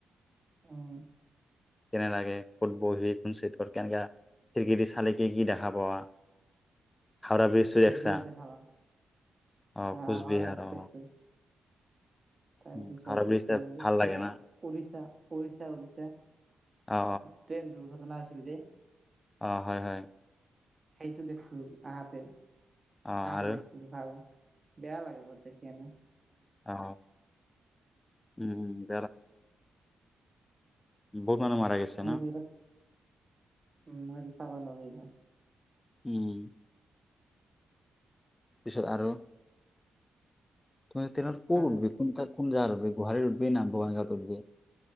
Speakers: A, on the right (about 35°); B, on the left (about 25°).
A: উম।
B: কেনে লাগে, ক'ত বহি কোনচে কত কেনেকা, খিৰিকি চালে কি কি দেখা পোৱা হাওৰা ব্ৰিজটো
A: কোচবিহাৰ
B: দেখছা
A: দেখাবা,
B: অ
A: অহ
B: কোচবিহাৰ
A: অহাৰ ইন্তেকচন
B: অ
A: তাৰপিছত
B: উম, হাওৰা ব্ৰিজ চাই
A: ত
B: ভাল
A: কিবা
B: লাগে না
A: পঢ়িচা? উৰিশা উৰিশা
B: অ অ
A: ট্ৰেইন দুৰ্ঘ ন আছিল যে।
B: অ হয় হয়।
A: সেইটো দেখছো আহাতে।
B: অ
A: হ
B: আৰু
A: তো দেখছিলো ভাল। বেয়া লাগে বু দেখি আনে।
B: অ উম। বহত মানুহ মাৰা গৈছে
A: মই
B: ন?
A: এইবিলাক উম মটো চাবাল হিল
B: উম। পিছত আৰু তুমি তেনে ক'ত
A: আৰু
B: উঠবি কোন ঠাইত উঠিব গুৱাহাটী উঠিবি না বঙাইগাঁও <unintelligible>